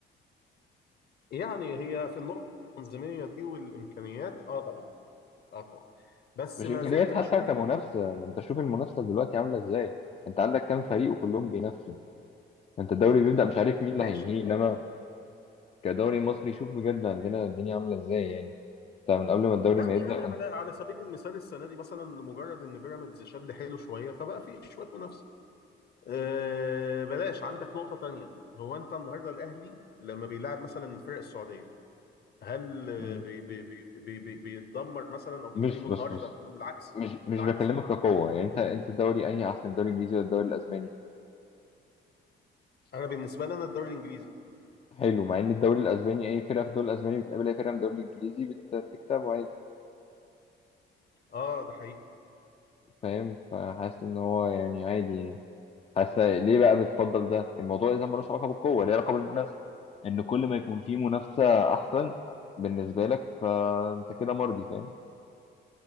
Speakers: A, on the left (about 55°); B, on the left (about 30°).
A: يعني هي في النقطه التنظيميه دي والامكانيات اه طبعا اه طبعا بس
B: مش
A: ما
B: امكانيات
A: زلت
B: حتى
A: بشوف
B: كمنافسه ما انت شوف المنافسه دلوقتي عامله ازاي انت عندك كام فريق وكلهم بينافسوا انت الدوري بيبدا مش عارف مين اللي
A: ماشي
B: هينهيه انما كدوري مصري شوف بجد عندنا الدنيا عامله ازاي يعني انت من قبل ما الدوري
A: لا
B: ما يبدا
A: يعني
B: انت-
A: على على سبيل المثال السنه دي مثلا لمجرد ان بيراميدز شد حيله شويه فبقى في شويه منافسه أه بلاش عندك نقطه تانية هو انت النهارده الاهلي لما بيلعب مثلا الفرق السعوديه هل آه،
B: مم.
A: بي بي بي بي بي بيتدمر مثلا او بتلاقيه
B: مش
A: منهار
B: بس
A: تماما
B: بس
A: بالعكس
B: مش مش
A: بالعكس
B: بكلمك كقوه يعني انت انت الدوري انهي احسن الدوري الانجليزي ولا الدوري الاسباني
A: انا بالنسبه لي انا الدوري الانجليزي
B: حلو مع ان الدوري الاسباني اي فرقه في الدوري الاسباني بتقابل اي فرقه من الدوري الانجليزي بت- بتكسبه عادي
A: اه ده حقيقي
B: فاهم فحاسس ان هو يعني عادي يعني. حاسه ليه بقى بتفضل ده الموضوع اذا ملوش علاقه بالقوه ليه علاقه بالمنافسه ان كل ما يكون في منافسه احسن بالنسبه لك فانت كده مرضي فاهم